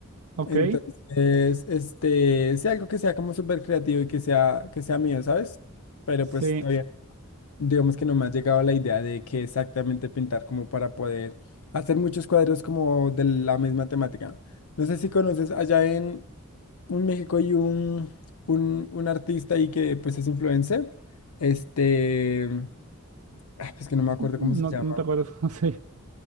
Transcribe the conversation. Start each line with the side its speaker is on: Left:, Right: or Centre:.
Right: ok,
Left: Entonces, este, sea algo que sea como súper creativo y que sea, que sea mío, ¿sabes? Pero
Right: sí.
Left: pues todavía digamos que no me ha llegado la idea de qué exactamente pintar como para poder hacer muchos cuadros como de la misma temática. No sé si conoces allá en, en México hay un, un, un artista ahí que pues es influencer. Este, ah, pues que no me acuerdo cómo
Right: No,
Left: se llama.
Right: no te acuerdas <laughs> cómo se